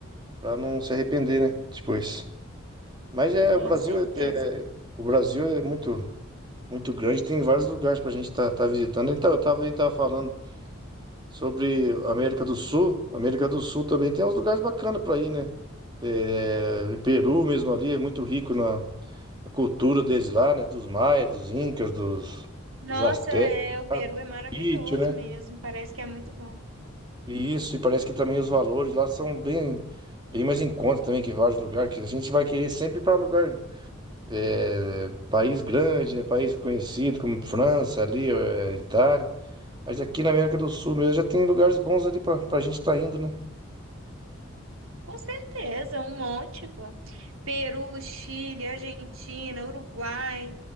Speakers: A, on the right; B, on the right.
A: para não se arrepender, né, depois. Mas é
B: Com
A: o Brasil
B: certeza.
A: é, é- o Brasil é muito muito grande, tem vários lugares para a gente estar visitando. Então eu tava, eu tava falando Sobre América do Sul, América do Sul também tem uns lugares bacanas para ir, né? É, Peru mesmo ali é muito rico na, na cultura deles lá, né? Dos maias, dos incas, dos,
B: Nossa,
A: dos astecas,
B: é, o Peru é maravilhoso
A: Sítio, né?
B: mesmo, parece que é muito bom.
A: E isso, e parece que também os valores lá são bem, bem mais em conta também que vários lugares, que a gente vai querer sempre para lugar, é, país grande, né? País conhecido como França, ali, é, Itália. Mas aqui na América do Sul mesmo já tem lugares bons ali para a gente estar indo, né?
B: Com certeza, um monte, pô. Peru, Chile, Argentina, Uruguai,